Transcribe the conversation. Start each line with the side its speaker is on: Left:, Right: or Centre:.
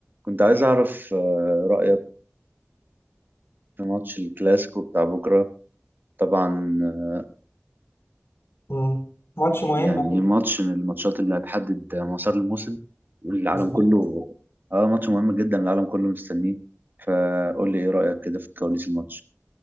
Right: كنت عايز أعرف آه، رأيك في ماتش الكلاسيكو بتاع بكرة طبعا آه،
Left: مم. ماتش مهم
Right: يعني
Left: أوي.
Right: ماتش من الماتشات اللي هتحدد مسار الموسم والعالم
Left: بالظبط
Right: كله اه ماتش مهم جدا العالم كله مستنيه آه، قول لي ايه رأيك كده في كواليس الماتش